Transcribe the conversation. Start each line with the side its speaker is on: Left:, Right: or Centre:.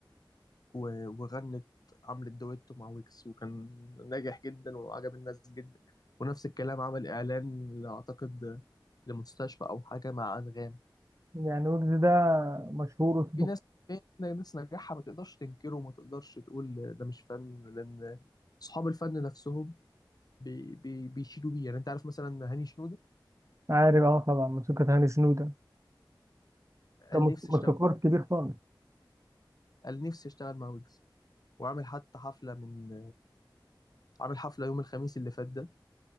Left: و- وغنت عملت دويتو مع ويكس وكان ناجح جدا وعجب الناس جدا ونفس الكلام عمل اعلان اعتقد لمستشفى او حاجه مع انغام
Right: يعني ويجز ده مشهور وصوته
Left: في ناس في ناس نجاحها ما تقدرش تنكره وما تقدرش تقول ده مش فن لان اصحاب الفن نفسهم بي بي بيشيدوا بيه يعني انت عارف مثلا هاني شنودة
Right: عارف اه طبعا موسيقى هاني شنودة ده
Left: قال
Right: مس-
Left: نفسي
Right: موسيقار
Left: اشتغل
Right: كبير خالص
Left: قال نفسي اشتغل مع ويجز وعامل حتى حفله من عامل حفله يوم الخميس اللي فات ده